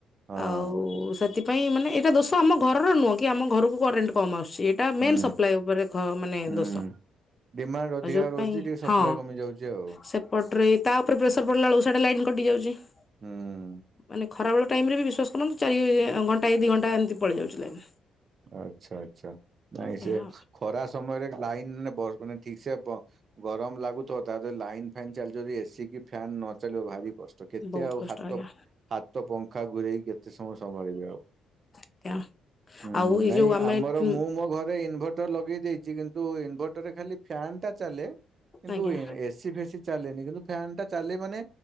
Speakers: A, on the right; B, on the left.
A: ହଁ।
B: ଆଉ ସେଥି ପାଇଁ ମାନ ଏଟା ଦୋଷ ଆମ ଘର ର ନୁହଁ କି ଆମ ଘରକୁ କରେଣ୍ଟ କମ ଆସୁଚି ଏ ଏଟା
A: ହୁଁ
B: ମେନ୍ ସପ୍ଲାାଇ ଉପରେ ଘ ମାନେ
A: ହୁଁ
B: ଦୋଷ।
A: ଡିମାଣ୍ଡ ଅଧିକା
B: ଆଉ ଯୋଉଥିପାଇଁ
A: ରହୁଛି ଟିକେ ସପ୍ଲାଏ
B: ହଁ
A: କମି ଯାଉଛି ଆଉ।
B: ସେ କଟରେଇ ତା ଉପରେ ପ୍ରେସର ପଡିଲା ବେଳକୁ ସେଟା ଲାଇନ୍ କଟି ଯାଉଚି ମାନେ
A: ହୁଁ
B: କ ଖରାବେଳ ଟାଇମିରେ ବି ବିଶ୍ୱାସ କରନ୍ତୁ ଚାରି ଘଣ୍ଟା କି ଦି ଘଣ୍ଟା ଏମିତି ପଳେଇ ଯାଉଚି ଲାଇନ।
A: ଆଚ୍ଛା ଆଚ୍ଛା ନାଇଁ ସେ
B: ଏୟା
A: ଖରା ସମୟରେ ଲାଇନ ବଗୁନି ଠିକ ସେ ବ ଗରମ ଲାଗୁଥିବ ତାଦେହରେ ଲାଇନ ଫାଇନ୍ ଚାଲ ଯଦି ଏସିି କି ଫ୍ୟନ୍ ନ ଚାଲିବ ଭାରି କଷ୍ଟ କେତେ
B: ବହୁତ
A: ଆଉ
B: କଷ୍ଟ
A: ହାତ
B: ଆଜ୍ଞା
A: ହାତ ପଙ୍ଖା ଘୁରେଇ କେତେ ସମୟ ସମ୍ଭାଳିବି ଆଉ।
B: <unintelligible>
A: ହୁଁ
B: ଆଉ ଏଇ
A: ନାଇଁ
B: ଯୋଉ ଆମେ
A: ଆମର
B: ହୁଁ
A: ମୁଁ ମୋ ଘରେ ଇନଭଟର ଲଗେଇ ଦେଇଚି କିନ୍ତୁ ଇନଭଟରରେ ଖାଲି ଫ୍ୟାନ୍ ଟା ଚାଲେ କିନ୍ତୁ
B: ଆଜ୍ଞା
A: ଏସି ଏସି ଫେସି ଚାଲେନି କିନ୍ତୁ ଫ୍ୟାନ ଟା ଚାଲିବନି